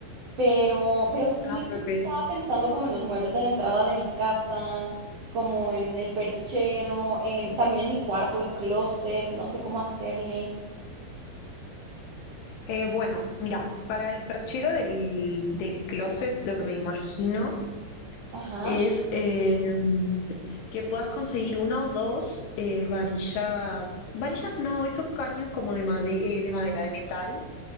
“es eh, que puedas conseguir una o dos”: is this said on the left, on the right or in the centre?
Left